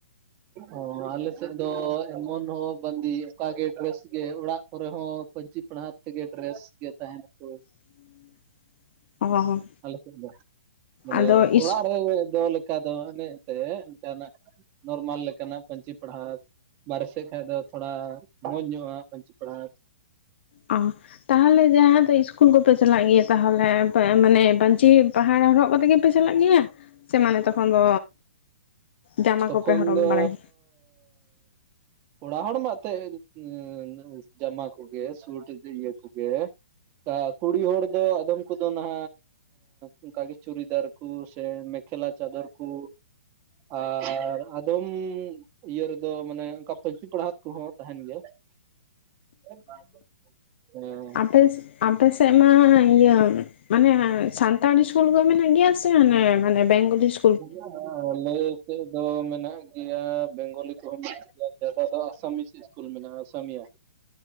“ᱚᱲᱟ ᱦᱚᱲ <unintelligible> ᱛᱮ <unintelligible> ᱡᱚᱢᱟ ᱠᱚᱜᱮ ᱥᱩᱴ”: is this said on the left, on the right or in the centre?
Right